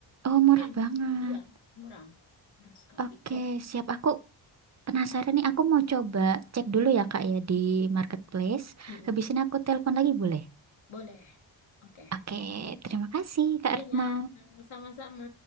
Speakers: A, on the right (about 35°); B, on the left (about 80°).
A: Oh, murah
B: itu yang kecil.
A: banget.
B: Iya, murah. Murah sekali.
A: Oke,
B: Oh,
A: siap. Aku penasaran nih. Aku mau coba cek dulu ya, Kak, ya di marketplace.
B: mm-mm.
A: Habis ini aku telepon lagi, boleh?
B: Boleh. Oke.
A: Oke, terima kasih, Kak
B: Iya,
A: Retno.
B: sama-sama.